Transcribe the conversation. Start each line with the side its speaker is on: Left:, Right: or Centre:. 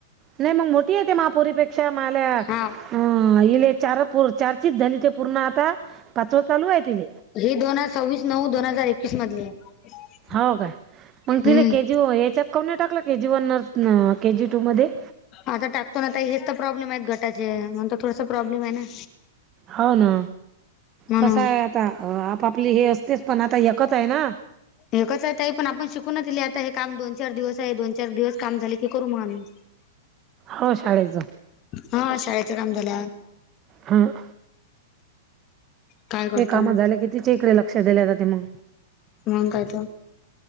Right: नाही मग मोठी येते महापुरीपेक्षा मला अ
Left: हा
Right: इले चार पो चारचीच झाली ते पूर्ण आता पाचवा चालू आहे तिथ
Left: हेी दोन हजार सव्वीस नऊ दोन हजार एकवीस मधली आहे
Right: हो काय मग तिला
Left: हम्म
Right: के जी याच्यात कने टाकला के जी वन न केजी टू मध्ये
Left: आता टाकतो ना आ हेच तर प्रॉब्लेम आहेत गटाचे म्हण थोडस प्रॉब्लेम आहे ना
Right: हो ना
Left: म्हणून
Right: कस आहे आता आपपली हे असतेच पण आता एककच आहे ना
Left: एकच आहे आहे पण आपण शिकू ना तिले आता हे काम दोन चार दिवस आहे दोन चार दिवस काम झाले ते करू मग आम्ही
Right: हो शाळेचं
Left: हा शाळेचे काम झाल्या
Right: ह
Left: काय करता
Right: हे काम
Left: मग
Right: झाले कितीिचे इकडे लक्षात दिल्या जाते मग
Left: म कायत